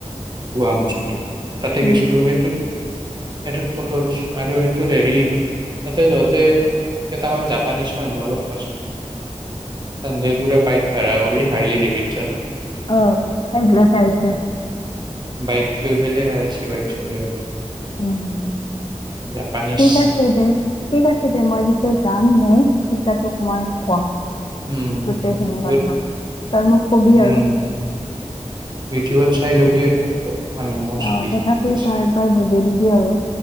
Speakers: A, on the right; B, on the left.
A: কোৱা মস্ত। তাতে
B: উম,
A: গেছিলো সেইটো সেইটোত ফট' উঠছো আৰু সেইটোত হেৰি তাতে যহতে কেইটামান জাপানিছ মানুহ লগ পাইছো। ধন্দেপুৰা পাইপ পেৰাগৰি হাৰলি ডেভিড। চান
B: অ' সেই বোৰে চাই আছে
A: বাইক লৈ পেলাই আইছি বাইক চলাই
B: উম
A: জাপানীজ
B: ঠিক আছে দে ঠিক আছে দে মই যেতিয়া যাম মই তেতিয়া তোক মই কম
A: উম
B: গোটেইখিনি
A: ভিডিঅ'ত
B: কথা তই মোক কবি
A: উম
B: আৰু
A: ভিডিঅ'ত চাই ল'বি আৰু অলপ মানে মোস্ট
B: অ'
A: প্রিজি
B: তথাপি তই একবাৰ বুজাই দিবি আৰু।